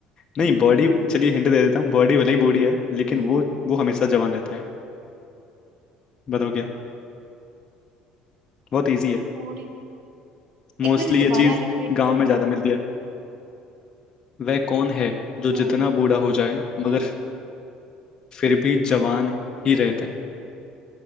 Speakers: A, on the left; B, on the right.
A: नहीं
B: हम्म
A: बॉडी चलिए हिंट दे देता हूँ बॉडी भले ही बूढ़ी है लेकिन
B: हम्म,
A: वो वो हमेशा जवान रहता है बताओ क्या बहुत इजी है
B: थोड़ी एक
A: मोस्टली
B: बार दोबारा
A: ये चीज
B: रिपीट
A: गांव
B: करना
A: में ज्यादा मिलती है वह कौन है जो
B: हम्म
A: जितना बूढ़ा हो जाए
B: हम्म
A: मगर फिर भी जवान ही रहता है